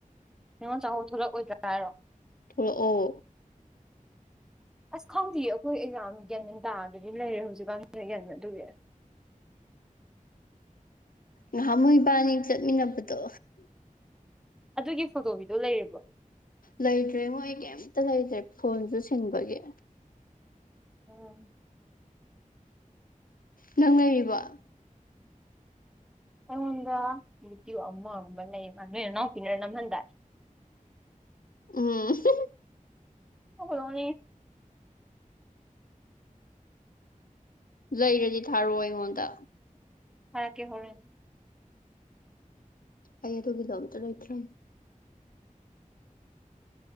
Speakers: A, in the centre; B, on the left.
A: ꯅꯤꯉꯣꯟ ꯆꯥꯀꯩꯕ ꯊꫭꯛꯂꯛꯑꯣꯏꯗ꯭ꯔ ꯍꯥꯏꯔꯣ
B: ꯊꯣꯛꯂꯛ ꯑꯣ
A: ꯑꯁ ꯈꯪꯗꯤꯌꯦ ꯑꯩꯈꯣꯏ ꯑꯦꯛꯖꯥꯝ ꯒ꯭ꯌꯥꯟ ꯇꯥꯗꯕꯤ ꯂꯩꯔꯦ ꯍꯧꯖꯤꯛꯀꯥꯟ <unintelligible> ꯑꯗꯨꯒꯤ
B: ꯉꯍꯥꯝꯃꯨꯛ ꯏꯕꯥꯅꯤ ꯆꯠꯃꯤꯟꯅꯕꯗꯣ
A: ꯑꯗꯨꯒꯤ ꯐꯣꯇꯣꯒꯤꯗꯣ ꯂꯩꯔꯤꯕꯣ
B: ꯂꯩꯇ꯭ꯔꯦꯉꫭ ꯑꯩ ꯀꯩꯝꯇ ꯂꯩꯇ꯭ꯔꯦ ꯐꯣꯟꯖꯨ ꯁꯤꯟꯕꯒꯤ
A: ꯑꫭꯝ
B: ꯅꯪ ꯂꯩꯔꯤꯕꫭ
A: ꯑꯩꯉꯣꯟꯗ <unintelligible> ꯂꯩꯕꯅꯦ ꯅꯣꯏ ꯅꯅꯥꯎꯄꯤꯅ ꯅꯝꯍꯟꯗꯥꯏ
B: ꯎꯝ <unintelligible>
A: <unintelligible> ꯅꫭꯛꯅꯤꯡꯉꯤ
B: ꯂꯩꯔꯗꯤ ꯊꯥꯔꯛꯑꯣ ꯑꯩꯉꯣꯟꯗ
A: ꯊꯥꯔꯛꯀꯦ ꯍꯧꯔꯦꯟ
B: ꯑꯩ ꯑꯗꯨꯒꯤꯗꯣ ꯑꯝꯇ ꯂꯩꯇ꯭ꯔꯦ